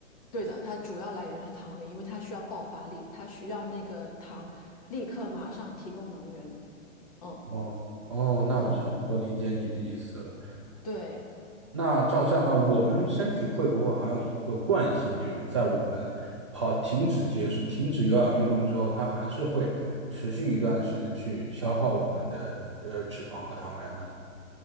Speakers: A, on the left; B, on the right.
A: 对的，它主要来源是糖原，因为它需要爆发力，它需要那个糖立刻马上提供能源。嗯
B: 哦哦，那我差不多理解你的意思了。
A: 嗯。对，
B: 那照这样啊，我们身体会不会还有一个惯性，就是在我们跑停止结束、停止有氧运动之后，它还是会持续一段时间去消耗我们的呃脂肪和糖原呢